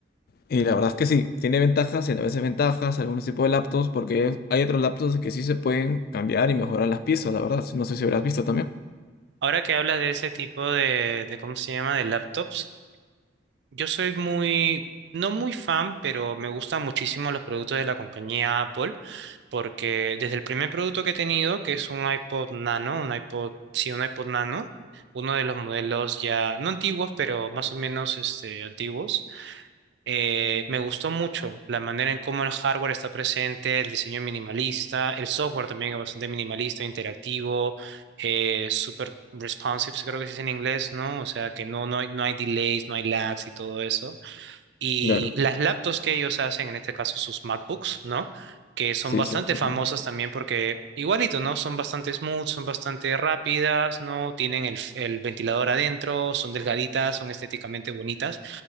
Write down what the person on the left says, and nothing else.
Y la verdad es que sí, tiene ventajas y a veces ventajas algunos tipos de laptops, porque hay otros laptops que sí se pueden cambiar y mejorar las piezas, la verdad. No sé si habrás visto también.
Claro,
sí,
sí, he escuchado.